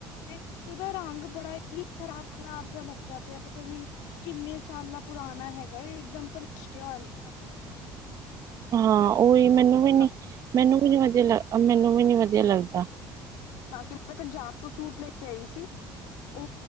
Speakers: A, on the left; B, on the right.
A: ਤੇ ਓਦਾ ਰੰਗ ਬੜਾ ਹੀ ਖਰਾਬ-ਖਰਾਬ ਜੇਆ ਲੱਗਦਾ ਪੇਆ ਪਤਾ ਨੀ ਕਿੰਨੇ ਸਾਲਾ ਪਰਾਣਾ ਹੈਗਾ ਏ, ਏਕਦਮ ਪ੍ਰਸ਼ਟੇਆ ਹੋਇਆ ਲੱਗਾ ਪੇਆ ਦਸੋ
B: ਹਾਂ, ਓਈ ਮੈਨੂੰ ਵੀ ਨੀ,
A: ਬਾਕੀ
B: ਮੈਨੂੰ ਵੀ ਨੀ ਵਦੀਆ ਲ, ਮੈਨੂੰ ਵੀ ਨੀ ਵਦੀਆ ਲੱਗਦਾ
A: ਨਾ ਕਿ ਮੈ ਪੰਜਾਬ ਤੋਂ ਸੂਟ ਲੈ ਕੇ ਆਈ ਸੀ। ਓ